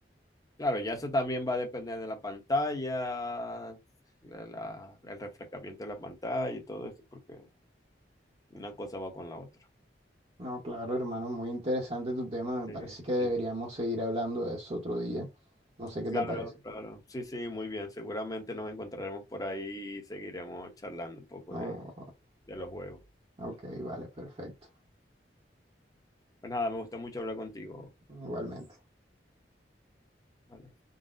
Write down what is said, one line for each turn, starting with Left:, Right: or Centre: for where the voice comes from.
Left: Claro, ya eso también va a depender de la pantalla, de la- el refrescamiento de la pantalla y todo eso, porque una cosa va con la otra.
Right: No, claro, hermano, muy interesante tu tema. Me
Left: Sí,
Right: parece que deberíamos
Left: sí.
Right: seguir hablando de eso otro día. No sé qué
Left: Claro,
Right: te parece.
Left: claro. Sí, sí, muy bien. Seguramente nos encontraremos por ahí y seguiremos charlando un poco
Right: Oh,
Left: de, de los juegos.
Right: ok, vale, perfecto.
Left: Pues nada, me gustó mucho hablar contigo.
Right: Igualmente.
Left: Vale.